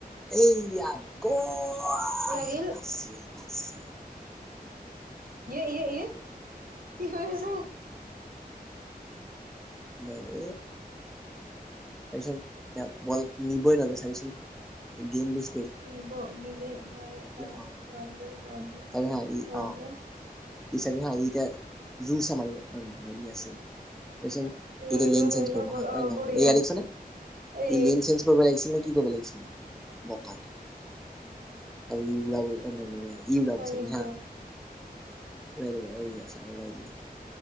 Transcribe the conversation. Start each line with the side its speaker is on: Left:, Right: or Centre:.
Centre: এই ইয়া ক ৱা
Right: লাগিল
Centre: বাছিল বাছিল
Right: এয় এয় এয় কি কৰিছে?
Centre: দে দে চাবিচোন এ বল নিবই নোৱাইব চাবিচোন গেম বে-
Right: নিব নিলে দায় দায়
Centre: অ
Right: গলদে গলদে
Centre: চাবি হা ই
Right: সোমালে
Centre: অ ই চাবি হা এতিয়া জোৰ চে মাৰিব নহয় ই আছিল তেছন
Right: লৈ
Centre: ইটো লেন
Right: ল লৈ
Centre: চেঞ্জ
Right: ল
Centre: কৰিব হা হয়
Right: অ
Centre: ঐ নহয়
Right: বঢ়িয়া
Centre: এইয়া দেখিছ নে ই
Right: এ
Centre: লেন চেঞ্জ কৰিব লাগিছিল নে কি কৰিব লাগিছিল। বকাটো, চাবি ই উৰাবই অ নেনেৰাই। ই উৰাব
Right: হয়
Centre: চাবি
Right: কিন্তু
Centre: হা। উৰাই দিব এইয়া ছা উৰাই দিলে।